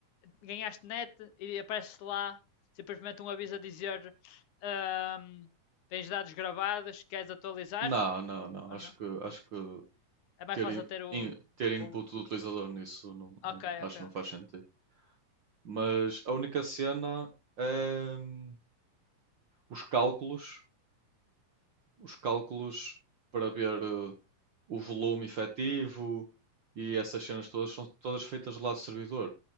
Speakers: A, on the left; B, on the right.
A: ganhaste net e aparece lá simplesmente um aviso a dizer ahm, tens dados gravados, queres atualizar?
B: Não, não, não.
A: Ou
B: Acho
A: não?
B: que, acho
A: Não.
B: que
A: É mais
B: ter,
A: fácil
B: in-
A: ter o,
B: in- ter input
A: o.
B: do utilizador nisso não, não-
A: Ok,
B: acho
A: ok,
B: que não
A: ok.
B: faz sentido. Mas a única cena é hum, os cálculos, os cálculos para ver eh, o volume efetivo e essas cenas todas são todas feitas do lado do servidor.